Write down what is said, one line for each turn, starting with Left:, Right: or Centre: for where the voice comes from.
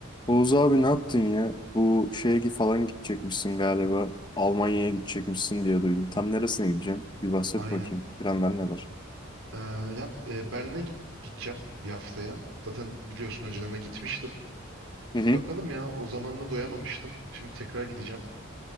Left: Oğuz abi ne yaptın ya? Bu şeye gi- falan gidecekmişsin galiba. Almanya'ya gidecekmişsin diye duydum. Tam neresine gideceksin? Bir bahset
Right: Aynen.
Left: bakayım. Planlar
Right: Y-
Left: neler?
Right: Ee, ya e, Berlin'e git- gideceğim bir haftaya. Zaten biliyorsun önceden de gitmiştim.
Left: Hı hı.
Right: Bakalım ya o zaman da doyamamıştım. Şimdi tekrar gideceğim.